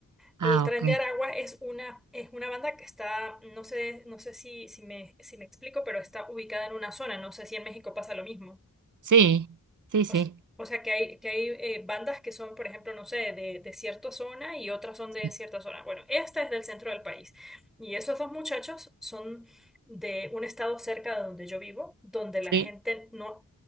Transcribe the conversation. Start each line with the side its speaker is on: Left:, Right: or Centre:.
Centre: El
Right: Ah,
Centre: Tren
Right: ok.
Centre: de Aragua es una, es una banda que está, no sé, no sé si, si me, si me explico, pero está ubicada en una zona. No sé si en México pasa lo mismo.
Right: Sí, sí, sí.
Centre: O sea, o sea que hay, que hay eh, bandas que son, por ejemplo, no sé, de, de cierta zona y otras son
Right: Sí,
Centre: de cierta zona. Bueno, esta es del centro del país. Y esos dos muchachos son de un estado cerca de donde yo vivo, donde la
Right: Sí,
Centre: gente no...